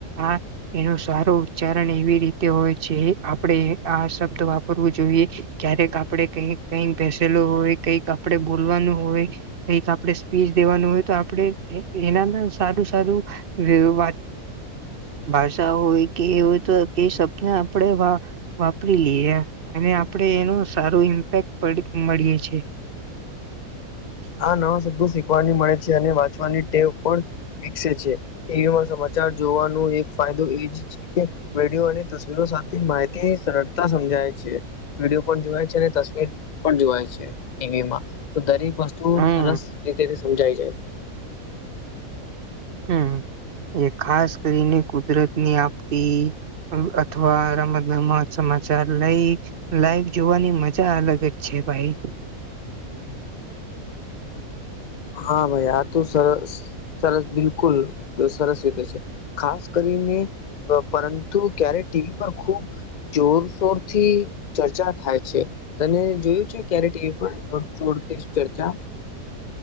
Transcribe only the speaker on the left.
આ નવા શબ્દો શીખવાની મળે છે અને વાંચવાની ટેવ પણ વિકસે છે ટીવીમાં સમાચાર જોવાનો એક ફાયદો એજ કે વિડિયો અને તસવીરો સાથે માહિતી સરળતા સમજાય છે વિડીયો પણ જોવાય છે અને તસવીર પણ જોવાય છે ટીવી માં તો દરેક તો
સરસ રીતે તે સમજાઈ જાય છે
હા ભાઈ આ તો સરસ સરસ બિલકુલ સરસ રીતે ખાસ કરીને પરંતુ ક્યારે ટીવી પર ખુબ જોરશોર થી ચર્ચા થાય છે તને જોયું છે ક્યારે ટીવી પર જો જોડતી ચર્ચા